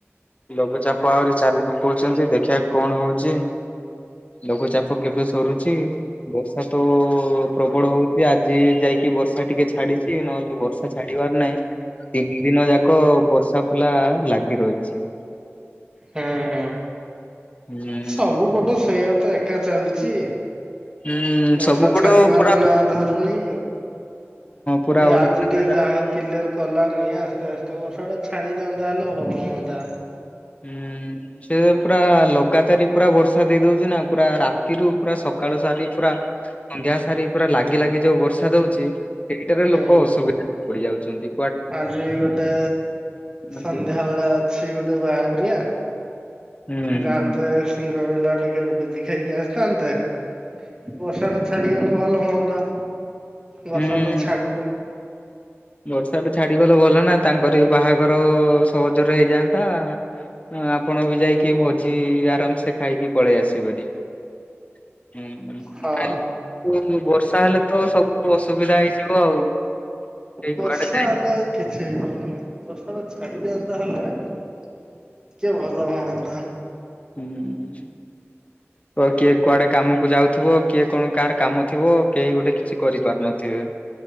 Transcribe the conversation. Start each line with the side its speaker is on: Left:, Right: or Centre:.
Left: ଲଘୁଚାପ ଆହୁରି ଚାଲିବ କହୁଛନ୍ତି, ଦେଖିବା କଣ ହଉଛି। ଲଘୁଚାପ କେବେ ସରୁଛି? ବର୍ଷା ତ ପ୍ରବଳ ହଉଛି, ଆଜି ଯାଇକି ବର୍ଷା ଟିକେ ଛା ଛାଡିଛି ନହେଲେ ବର୍ଷା ଛାଡିବାର ନାହିଁ। ତିନି ଦିନ ଯାକ ବର୍ଷା ଫୁଲା ଲାଗି ରହିଛି।
Right: ହଁ ହଁ।
Left: ହୁଁ
Right: ସବୁ ପଟ ସେଇଆ ତ ଏ ଏକା ଚାଲିଛି,
Left: ହୁଁ
Right: ବର୍ଷା
Left: ସବୁ ପଟ
Right: ଛାଡିବାର
Left: ପୁରା
Right: ନାଁ ଧରୁନି।
Left: ପୁରା
Right: ଏ
Left: ଓଡିଶା
Right: ଆଜି ଟିକେ ଯାହା ହଉ କିଲୟର କଲାନି ଆସ୍ତେ ଆସ୍ତେ ବର୍ଷା ଟା ଛାଡି ଯାନ୍ତା ହେଲେ ଭଲ ହୁଅନ୍ତା।
Left: ହୁଁ। ସେ ପୁରା ଲଗାତାରି ପୁରା ବର୍ଷା ଦେଇ ଦଉଛି ନା ପୁରା ରାତିରୁୁ ପୁରା ସକାଳୁ ସାରି ପୁରା ସନ୍ଧ୍ୟା ସାରି ପୁରା ଲାଗି ଲାଗି ଯୋଉଁ ବର୍ଷା ଦଉଛି ସେଇଟାରେ
Right: ହୁଁ
Left: ଲୋକ ଅସୁବିଧା ରେ ପଡିଯାଉଛନ୍ତି।
Right: ଆଜି ଗୋଟେ
Left: ପାରୁନାହାନ୍ତି
Right: ସନ୍ଧ୍ୟା ବେଳେ ଅଛି ଗୋଟେ ବାହାଘରିଆ।
Left: ହୁଁ।
Right: ଯାଆନ୍ତେ
Left: ହୁଁ
Right: ସିଙ୍ଗ ପିଲା ଟିକେ ଭୋଜି ଖାଇକି ଆସି ଥାନ୍ତେ। ବର୍ଷା ଟା ଛାଡିଗଲେ ଭଲ ହୁଅନ୍ତା, ବର୍ଷା
Left: ହୁଁ
Right: ତ ଛାଡୁନି।
Left: ବର୍ଷା ଟା ଛାଡିଗଲେ ଭଲ ନା ତାଙ୍କରି ବି ବାହାଘର ସହଜରେ ହେଇଯାଆନ୍ତା। ହଁ, ଆପଣ ବି ଯାଇକି ଭୋଜି ଆରାମସେ ଖାଇକି ପଳେଇ ଆସିବେଣି। ହୁଁ,
Right: ହଁ।
Left: କାଲି <unintelligible> ବର୍ଷା ହେଲେ ତ ସବୁ ଅସୁବିଧା ହେଇଯିବ ଆଉ। କେହି
Right: ବର୍ଷା
Left: କୁଆଡେ
Right: ହେଲେ ଆଉ କିଛି ହେଇପାରୁନି ବର୍ଷା ଟା ଛାଡିଯାଆନ୍ତା ହେଲେ ଟିକେ ଭଲ ହୁଅନ୍ତା।
Left: ହୁଁ ହୁଁ। ଓ କିଏ କୁଆଡେ କାମକୁ ଯାଉଥିବ, କିଏ କଣ କାହାର କାମ ଥିବ, କେହି ଗୋଟେ କିଛି କରିପାରୁନଥିବେ,